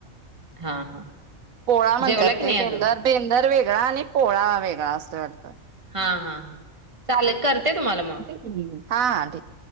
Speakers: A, on the right; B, on the right.
A: हां हां.
B: पोळा म्हणतात
A: जेवला की
B: ते
A: नाही अजून?
B: बेंदर. बेंदर वेगळा आणि पोळा वेगळा असतोय वाटतं.
A: हा हा हा चालेल करते तुम्हाला मग.
B: हम् हा हा ठीक